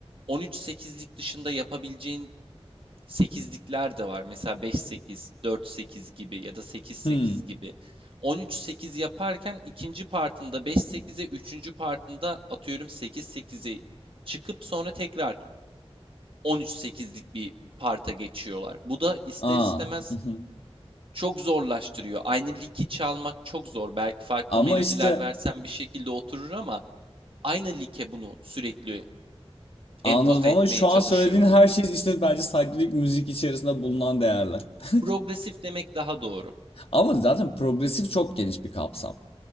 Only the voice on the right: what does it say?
13-8'lik dışında yapabileceğin 8'likler de var. Mesela 5-8, 4-8 gibi ya da 8-8
gibi. 13-8 yaparken ikinci partında 5-8'e, üçüncü partında atıyorum 8-8'e çıkıp sonra tekrar 13-8'lik bir parta geçiyorlar. Bu da ister
istemez
çok zorlaştırıyor. Aynı liki çalmak çok zor. Belki farklı
melodiler
versen bir şekilde oturur ama aynı like bunu sürekli
empoze
etmeye
çalışıyor
grup.
Progresif demek daha doğru.